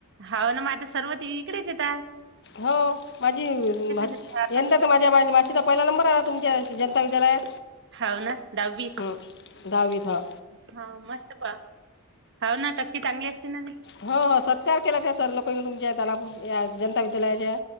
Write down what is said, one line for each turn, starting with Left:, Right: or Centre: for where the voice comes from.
Right: हाव ना मग आता सर्व त इकडेच येत
Left: हो माझी भाची
Right: येतात. आता
Left: यंदा
Right: बी येतात.
Left: तर माझ्या माशीचा. पहिला नंबर आला तुमच्या जनता विद्यालयात.
Right: हाव ना दहावीत.
Left: हं, दहावीत हां
Right: हा मस्त प हव ना टक्के चांगली असती ना.
Left: हो हो सत्कार केला त्या सर लोक तुमच्या त्यालापूर जनता विद्यालयाच्या.